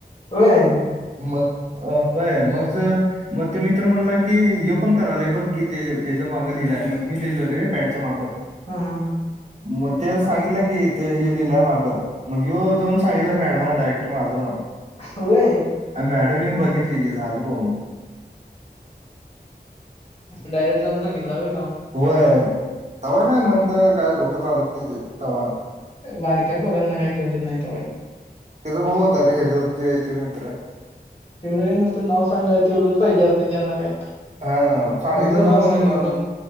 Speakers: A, on the left; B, on the right.
A: होय.
B: मग ऑफ मग मग ते मित्र म्हणला की यो पण करालय बघ कि ते याचा मागं लिहिलाय मग मी लिहिलो रे पॅडच्या मागं.
A: हम हम ह
B: मग ते सांगितलं की तू हे लिहिला मागं. मग ह्यो जाऊन सांगीतलाय मॅडमला डायरेक्ट माझं नाव.
A: व्हैय
B: अ मॅडम येऊन बघितली की झालं ब मग.
A: डायरेक्ट जाऊन सांगितलं होय नाव.
B: व्हय तव्हा काय मंद काय डोक चालत नाही ते तव्हा.
A: बारक्या पोराना काय कळत नाय तवा.
B: हेचा भाऊ होता रे हेचा येत मित्र.
A: तेवढं काही निसतं नाव सांगाय तेवढंच पाहिजे असत त्यांना काय.
B: हा मग सांगितलं
A: हिज
B: जाऊन
A: नाव सांगितलं
B: आणि